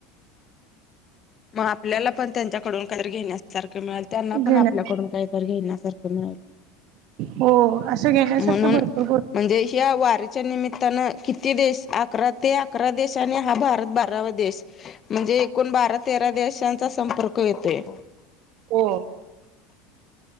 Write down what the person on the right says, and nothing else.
घेण्या
हो असं घेण्यासारखं
भरपूर गो
हो